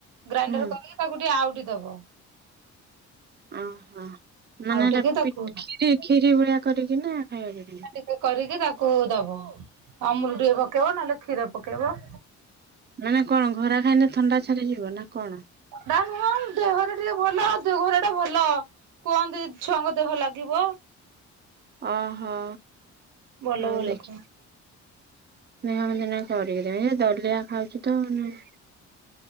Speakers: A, on the right; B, on the right.
A: ଗ୍ରାଇଣ୍ଡର
B: ହଁ
A: କରିକି ତାକୁ ଟିକେ ଆଉଟି ଦବ।
B: ଓହୋ ମାନେ
A: ଆଉଟିକି
B: ଏଟା
A: ତାକୁ
B: ପି କ୍ଷୀରି ଭଳିଆ କରିକି ନା ଖାଇବାକୁ ପି
A: ଟିକେ କରିକି ତାକୁ ଦବ ଅମୁଲ ଟିକେ ପକେଇବ ନହେଲେ କ୍ଷୀର ପକେଇବ।
B: ମାନେ କଣ ଘରା ଖାଇଲେ ଥଣ୍ଡା ଛାଡି ଯିବ ନା କଣ?
A: ତା ନୁହଁ ଦେହରେ ଟିକେ ଭଲ ଦେହଘର ଟା ଭଲ। କୁହନ୍ତି ଛୁଆଙ୍କ ଦେହ ଲାଗିବ।
B: ଓହୋ!
A: ଭଲ
B: ଆଉ
A: ଭଲ
B: ଦେଖି
A: କୁହ।
B: <unintelligible> ଦଲିଆ ଖାଉଛି ତ ନେ